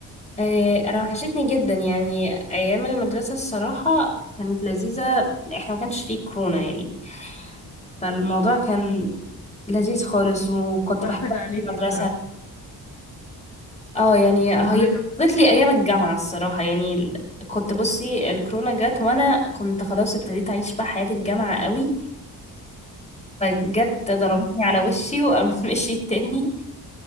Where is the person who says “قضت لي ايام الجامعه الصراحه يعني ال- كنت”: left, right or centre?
Left